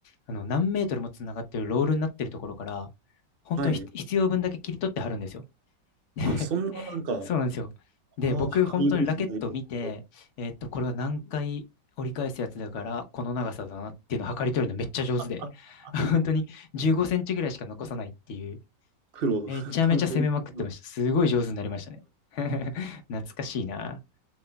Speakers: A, on the left (about 55°); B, on the right (about 50°).
A: あの、何メートルも繋がってるロールになってるところから、本当にひ必要分だけ切り取って貼るんですよ。
B: はい。
A: <laughs>
B: あ、そんな、なんか、
A: そうなんですよ。で、
B: ああ、
A: 僕、本当にラケットを見て、
B: 量りよりじゃないですけど。
A: えーっと、これは何回折り返すやつだから、この長さだなっていうのを測り取るのめっちゃ上手で、
B: <laughs> あ、あ、
A: <laughs> 本当に15センチぐらいしか残さないっていう、
B: 黒、
A: めちゃめちゃ攻めまくってました。
B: <laughs> 完全に黒。
A: すごい上手になりましたね。<laughs> 懐かしいな。